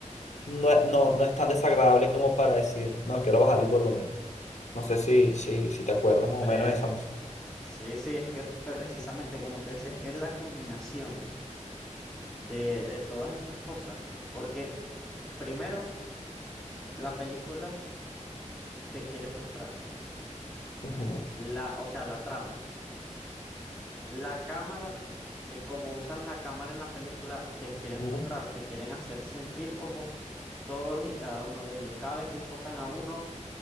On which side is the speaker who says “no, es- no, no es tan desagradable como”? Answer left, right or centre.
Left